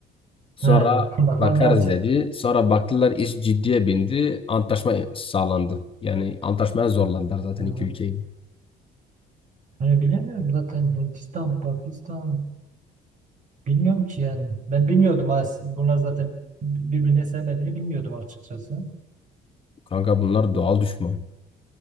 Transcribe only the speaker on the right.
He. <laughs> Bakalım
ne olacak.
He.
Hani bilemiyorum zaten Hindistan, Pakistan bilmiyorum ki yani. Ben bilmiyordum as- bunlar zaten birbirine sevmediğini bilmiyordum açıkçası.